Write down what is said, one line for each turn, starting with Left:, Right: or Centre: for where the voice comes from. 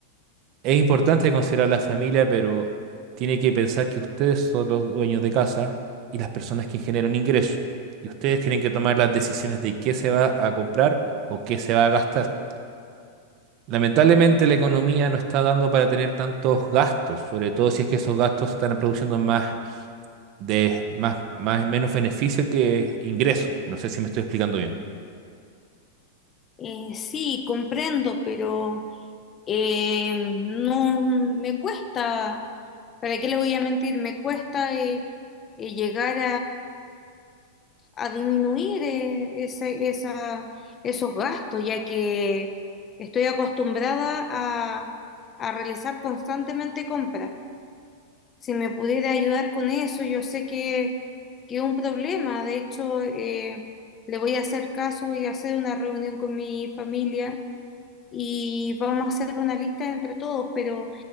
Right: Es importante considerar la familia, pero tiene que pensar que ustedes son los dueños de casa y las personas que generan ingresos. Y ustedes tienen que tomar las decisiones de qué se va a comprar o qué se va a gastar. Lamentablemente la economía no está dando para tener tantos gastos, sobre todo si es que esos gastos están produciendo más de más, más menos beneficio que ingreso. No sé si me estoy explicando bien.
Left: Eh, sí, comprendo, pero eh, no me cuesta, ¿para qué le voy a mentir? Me cuesta eh, eh, llegar a disminuir eh, ese- esa- esos gastos, ya que estoy acostumbrada a, a realizar constantemente compras. Si me pudiera ayudar con eso, yo sé que, que es un problema. De hecho, eh, le voy a hacer caso, voy a hacer una reunión con mi familia y vamos a hacer una lista entre todos, pero